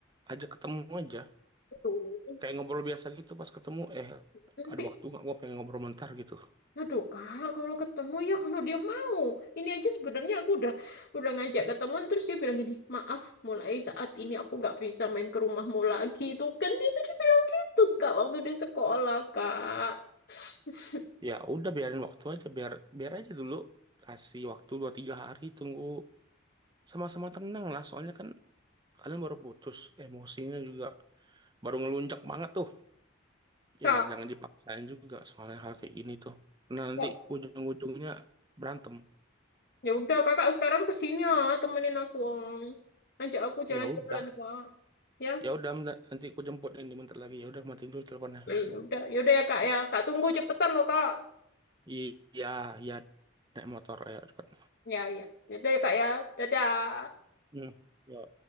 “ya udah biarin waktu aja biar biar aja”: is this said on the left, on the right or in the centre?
Right